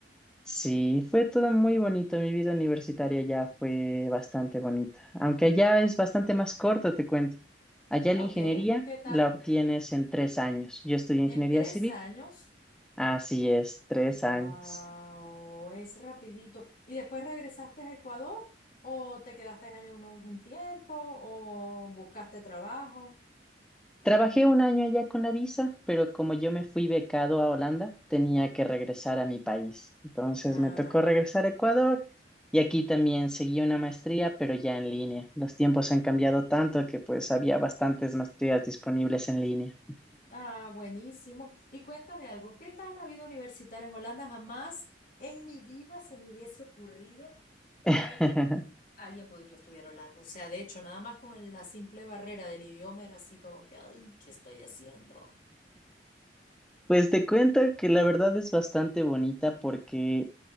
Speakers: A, in the centre; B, on the left (about 50°).
A: Sí, fue todo muy bonito. Mi vida universitaria ya fue bastante bonita, aunque allá es bastante más corto, te cuento. Allá
B: Ok,
A: la ingeniería
B: ¿qué tal?
A: la obtienes en tres años. Yo estudié ingeniería
B: En tres
A: civil,
B: años.
A: así es, tres
B: Wow,
A: años.
B: es rapidito. ¿Y después regresaste a Ecuador? ¿O te quedaste allá un, un tiempo? ¿O buscaste trabajo?
A: Trabajé un año allá con la visa, pero como yo me fui becado a Holanda, tenía que regresar a mi país. Entonces
B: Ah,
A: me tocó regresar a Ecuador y aquí también seguí una maestría, pero ya en línea. Los tiempos han cambiado tanto que pues había bastantes maestrías disponibles en línea.
B: Ah, buenísimo. Y cuéntame algo, ¿qué tal la vida universitaria en Holanda? Jamás en mi vida se me hubiese ocurrido
A: <laughs>
B: que alguien podría estudiar Holanda. O sea, de hecho, nada más con la simple barrera del idioma era así como que, ay, ¿qué estoy haciendo?
A: Pues te cuento que la verdad es bastante bonita porque